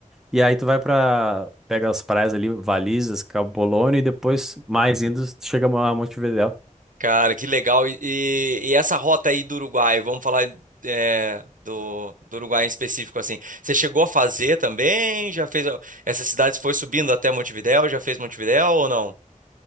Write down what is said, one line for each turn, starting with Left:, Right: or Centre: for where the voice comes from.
Centre: E aí tu vai pra. Pega as praias ali, Valizas, Cabo Polônio, e depois, mais indo, tu chega a Montevidéu.
Right: Cara, que legal. E, e- e essa rota aí do Uruguai, vamos falar é, do, do Uruguai em específico, assim. Você chegou a fazer também? Já fez. a- Essas cidades foi subindo até Montevidéu? Já fez Montevidéu ou não?